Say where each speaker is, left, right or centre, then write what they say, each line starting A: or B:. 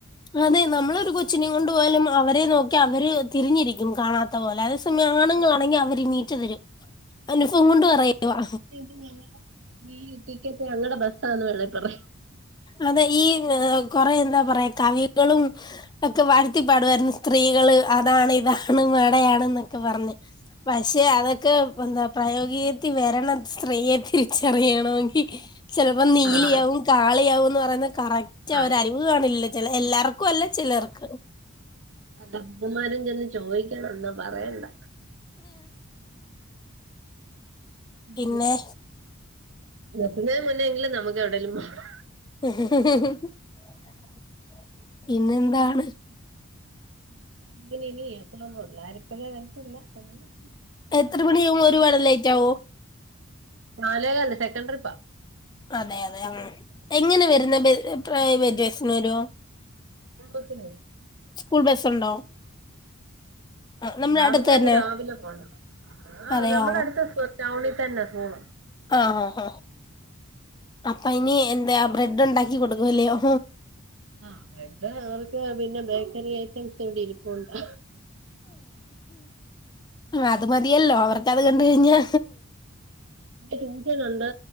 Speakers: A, on the left; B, on the right.
A: അതെ നമ്മളൊരു കൊച്ചിനെ കൊണ്ട് പോയാലും അവരെ നോക്കി അവര് തിരിഞ്ഞിരിക്കും കാണാത്ത പോലെ അത് പിന്നെ ആണുങ്ങളാണെങ്കിൽ അവര് എണീറ്റ് തരും അനുഫവം കൊണ്ട് പറയുകാ
B: <unintelligible> ഈ ടിക്കറ്റ് അങ്ങടെ ബസ്സാണ് വേണേ പറ
A: അതെ ഈ കൊറെ എന്താ പറയാ കവികളും ഒക്കെ വാഴ്ത്തിപ്പാടുമായിരുന്നു, സ്ത്രീകള് അതാണ് ഇതാണ് വടെയാണ് എന്നൊക്കെ പറഞ്ഞ് പക്ഷേ അതൊക്കെന്താ. പ്രായോഗികത്തി വരണം സ്ത്രീയെ തിരിച്ചറിയണമെങ്കിൽ ചിലപ്പോ നീലിയാകും
B: ആഹ്
A: കാളിയാവൂന്ന് പറയുന്നത് കറക്റ്റ
B: ആഹ്
A: ഒരലിവ് കാണില്ല ചില എല്ലാവർക്കും അല്ല ചിലർക്ക്.
B: വല്ല അമ്മമാരും ചെന്ന് ചോദിക്കണം എന്നാ പറയണ്ട. <unintelligible>
A: പിന്നെ
B: നിക്കുന്നന് മുന്നേങ്കിലും നമുക്ക് എവിടെലും മാറാ
A: <unintelligible>
B: <inaudible>
A: പിന്നെന്താണ്
B: <unintelligible>
A: എത്ര മണിയാവും ഒരുപാട് ലൈറ്റാവോ
B: നാലേകാൽ സെക്കൻ്റ് ട്രിപ്പാ
A: അതെ അതെ ആഹ് എങ്ങനെ വരുന്നെ പ്രൈവറ്റ് ബസിൻ വര്യോ
B: സ്കൂൾ ബസിന് വരും
A: സ്കൂൾ ബസ്സുണ്ടോ ആ നമ്മുടെ
B: രാവിലെ
A: അടുത്ത് തന്നെ
B: അങ്ങെ രാവിലെ പോണം ആഹ്
A: അതെയോ
B: നമ്മുടെ അടുത്ത ടൗണിൽ തന്നെ സ്കൂൾ
A: ആഹ് ആഹ് ആഹ് അപ്പ ഇനി എന്താ ബ്രെഡ്ണ്ടാക്കി കൊടുക്കുംല്ലയോ
B: ആഹ് ബ്രഡ് ഏറി പോയാ പിന്നെ ബേക്കറി ഐറ്റംസ് ഇവിടെ ഇരിപ്പുണ്ട്
A: അത് മതിയല്ലോ അവർക്കത് കണ്ട് കഴിഞ്ഞാ
B: ട്യൂഷനുണ്ട്